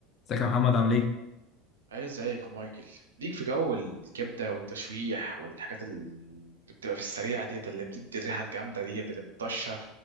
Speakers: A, on the left; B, on the right.
A: ازيك يا محمد عامل ايه؟
B: عايز زيك يا مايكل ليك في جو الكبده والتشويح والحاجات اللي بتبقى في السريعه ديت اللي بتدي الريحه الجامده ديت اللي بتطشها